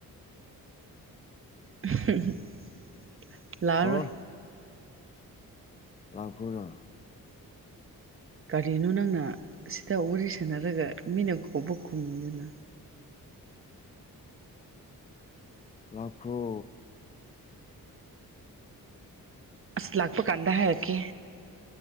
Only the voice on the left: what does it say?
ꯍꯣ ꯂꯥꯛꯈ꯭ꯔꯣꯅ
ꯂꯛꯈ꯭ꯔꯣ